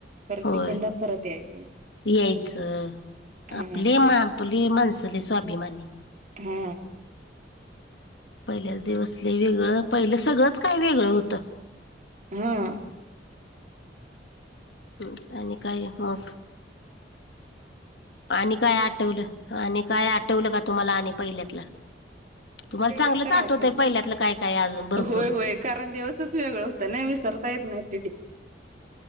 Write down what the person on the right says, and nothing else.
खरं
तिकडनं परत यायचं नाही
हा
हा
हा
तेवढं
तर
राह मला
होय, होय कारण दिवसच वेगळं होतं ना वि करता येत नाहीत